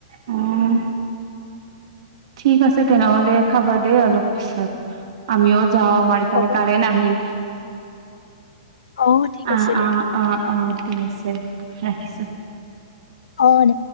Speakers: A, on the right (about 60°); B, on the left (about 80°).
A: উম। ঠিক আছে তেনেহলে খাবা দে অলপ পিছত আমিও যাওঁ আমাৰ ইফালে
B: হ'ব।
A: কাৰেণ্ট আহিল
B: অ ঠিক
A: আহ
B: আছে দে
A: অ-অ-অ ঠিক আছে ৰাখিছো।
B: অন